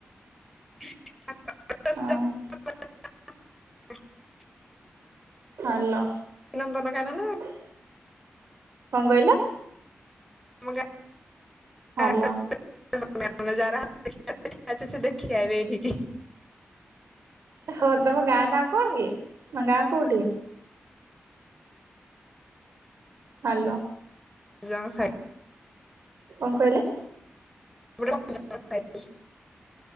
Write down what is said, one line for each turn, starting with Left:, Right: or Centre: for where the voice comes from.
Centre: <unintelligible>
Right: ହଁ ହ୍ୟାଲୋ
Centre: ନନ୍ଦନକାନନ
Right: କଣ କହିଲେ?
Centre: <unintelligible> <unintelligible>
Right: ହାଲୋ
Centre: ଦେଖି ଆଇବେ ଏଠିକି
Right: ହଉ ତମ ଗାଁ ନାଁ କଣ କି ତମ ଗାଁ କୋଉଠି? ହାଲୋ।
Centre: ଜଙ୍ଗଲ ସାଇ
Right: କଣ କହିଲେ?
Centre: ବ <inaudible>